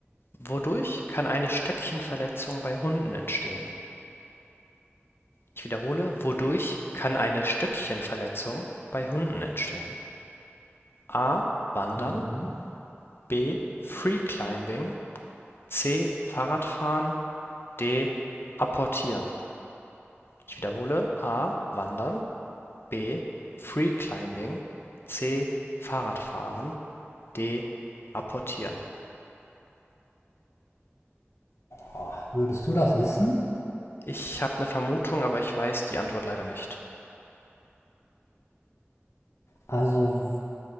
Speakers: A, on the left; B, on the left.
A: Wodurch kann eine Stöckchenverletzung bei Hunden entstehen? Ich wiederhole, wodurch kann eine Stöckchenverletzung bei Hunden entstehen? A. Wandern.
B: Mhm.
A: B. Free Climbing. C. Fahrradfahren. D. Apportieren. Ich wiederhole, A. Wandern. B. Freeclimbing C. Fahrradfahren D. Apportieren
B: Boah, würdest du das wissen?
A: Ich habe eine Vermutung, aber ich weiß die Antwort leider nicht.
B: Also,